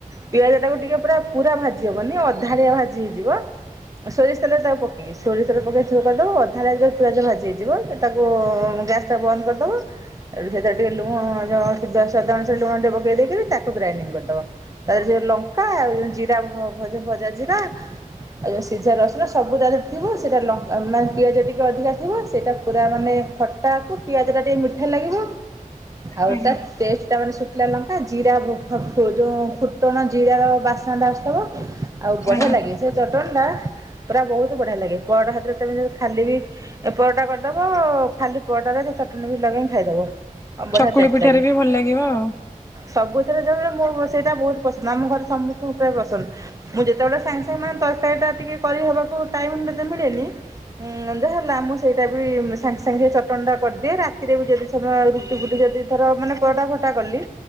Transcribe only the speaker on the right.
ପିଆଜ ଟାକୁ ଟିକେ ପୁରା ପୁରା ଭାଜି ହବନି ଅଧାଳିଆ ଭାଜି ହେଇଯିବ ସୋରିଷ ତେଲ ତାକୁ ପକେଇ, ସୋରିଷ ତେଲ ପକାଇ ଥିବ <unintelligible> କାଦୁ ଅଧାରେ ଯେ ପିଆଜ ଭାଜି ହେଇଯିବ। ତାକୁ ଗ୍ୟାସ୍ ବନ୍ଦ କରିଦବ ଏଠି ସେ ଟିକେ ଲୁଣ <unintelligible> <unintelligible> ଲୁଣ ଟିକେ ପକେଇ ଦେଇକି ତାକୁ ଗ୍ରାଇଣ୍ଡିଙ୍ଗ କରିଦବ ତାରେ ଯଉ ଲଙ୍କା ଆଉ ଜିରା ଭ ଭଜା ଜିରା ଆଉଉଁ ସିଝା ରସୁଣ ସବୁ ତାରେ ଥିବ ସେଇଟା ମାନେ ପିଆଜ ଟିକେ ଅଧିକା ଥିବ ସେଇଟା ପୁରା ମାନେ ଖଟାକୁ ପିଆଜ ଟା ଟିକେ ମିଠା ଲାଗିବ ଆଉ
ତା ଟେଷ୍ଟ ଟା ମାନେ ସୁକିଲା ଲଙ୍କା ଜିରା ଯୋଉ ଫୁଟଣ ଜିର ର ବାସ୍ନାଟବ ଆଉ ବଢିଆ
ଲାଗେ। ସେ ଚଟଣୀ ଟା ପୁରା ବହୁତ ବଢ଼ିଆ ଲାଗେ। ପରଟ ହାତରେ ତମ ଖାଲି ବି ଏ ପରଟା କରିଦବ ଖାଲି ପରଟାରେ ସେ ଚଟଣି ବି ଲଗେଇକି ଖାଇଦବ। ବଢିଆ
ଟେଷ୍ଟ
ଲାଗେ।
ସବୁଥିରେ ଜରେ ମୋ ସେଇଟା ବହୁତ ପସନ୍ଦ ଆମ ଘରେ ସମସ୍ତଙ୍କୁ ପ୍ରାୟ ପସନ୍ଦ। ମୁଁ ଯେତେବେଳେ ସାଙ୍ଗେ ସାଙ୍ଗ ମାନେ ତରକାରୀ ଟା ଟିକେଏ କରିହବାକୁ ଟାଇ ମିଳେନି ଉଁ ଯାହାହେଲା ଆମ ସେଇଟା ବି ସାଙ୍ଗେ ସାଙ୍ଗେ ଚଟଣଟା କରିଦିଏ ରାତିରେ ବି ଯଦି ତ ରୁଟି ଫୁଟି ଯଦି ଥର ମାନେ ପରଟା ଫରଟା କଲି